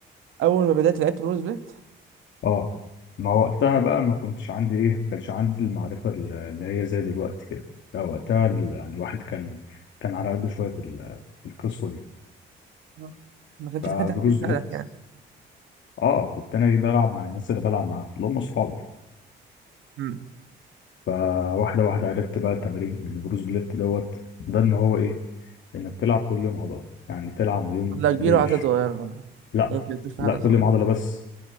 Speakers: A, on the right; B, on the left.
A: اول ما بدات لعبت بروز بيت
B: اه ما وقتها بقى ما كنتش عندي ايه ما كانش عندي المعرفه ال- اللي هي زي دلوقتي كده لا وقتها ال- يعني الواحد كان كان على قده شويه في ال- في القصه دي
A: آه. ما كانش
B: فبروس
A: في حد حتى يساعدك
B: بليت
A: يعني
B: اه كنت انا ايه بلعب مع الناس اللي بلعب معاهم اللي هم اصحابي
A: امم
B: فواحده واحده عرفت بقى التمارين من بروس بليت دوت ده ان هو ايه انك تلعب كل يوم عضله يعني تلعب يوم
A: عدله كبيره
B: بنش
A: وعدله صغيره آه.
B: لا
A: ممكن تضيف
B: لا
A: عدله
B: كل
A: صغيره
B: يوم عضله بس